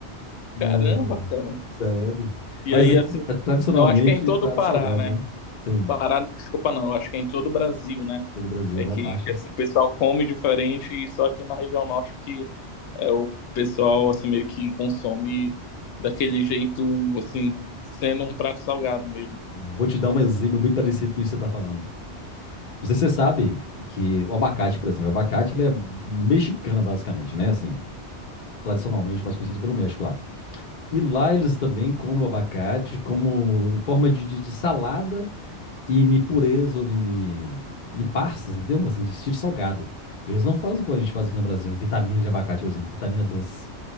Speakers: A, on the left; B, on the left.
A: É.
B: caramba, cara.
A: Sério.
B: E
A: Mas
B: aí,
A: aí
B: assim,
A: é tradicionalmente
B: eu acho que é em todo
A: prato
B: o Pará,
A: salgado,
B: né?
A: né? Sim,
B: Pará, desculpa, não, eu acho que é em todo o Brasil, né?
A: todo o Brasil,
B: É
A: a maior
B: que,
A: parte
B: que,
A: é assim.
B: assim, o pessoal come diferente e só aqui na região norte que é o pessoal, assim, meio que consome daquele jeito, assim, sendo um prato salgado mesmo.
A: Vou te dar um exemplo bem parecido com isso que você está falando. Não sei se você sabe que o abacate, por exemplo, o abacate ele é mexicano, basicamente, né? Assim, tradicionalmente mais conhecido pelo México lá. E lá eles também comem o abacate como forma de, de- de salada e de pureza ou de, de, de passas, entendeu? Assim, de estilo salgado. Eles não fazem como a gente faz aqui no Brasil, vitamina de abacate, por exemplo, vitamina doce.